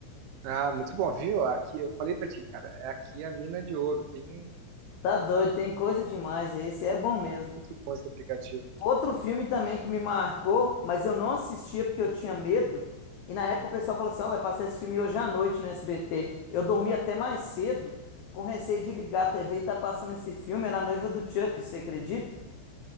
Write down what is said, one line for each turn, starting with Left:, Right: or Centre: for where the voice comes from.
Right: Ah, muito bom, viu? Aqui, eu falei pra ti, cara, é aqui a mina de ouro. Tem
Left: Tá doido, tem coisa demais. Esse é bom mesmo.
Right: muito bom esse aplicativo.
Left: Outro filme também que me marcou, mas eu não assistia porque eu tinha medo. E na época o pessoal falou assim: Ó, vai passar esse filme hoje à noite no SBT. Eu dormi até mais cedo, com receio de ligar a TV e tá passando esse filme. Era a noiva do Chuck, você acredita?